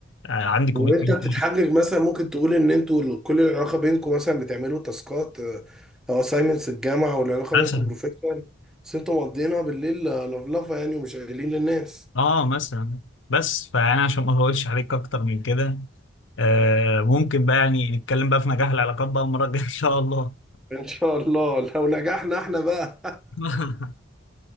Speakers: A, on the left; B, in the centre.
A: آه، عندي كوميتمنت
B: وانت بتتحجج مثلا ممكن تقول ان انتوا كل العلاقه بينكم مثلا بتعملوا تاسكات او اساينمنتس الجامعه والعلاقه بينكم
A: مثلا
B: بروفيشنال بس انتوا مقضيينها بالليل آه، لفلفه يعني ومش قايلين للناس
A: اه مثلا بس فانا عشان ما اقولش عليك اكتر من كده آه، ممكن بقى يعني نتكلم بقى في نجاح العلاقات بقى المره الجايه ان شاء الله
B: ان شاء الله لو نجحنا احنا بقى
A: <laughs>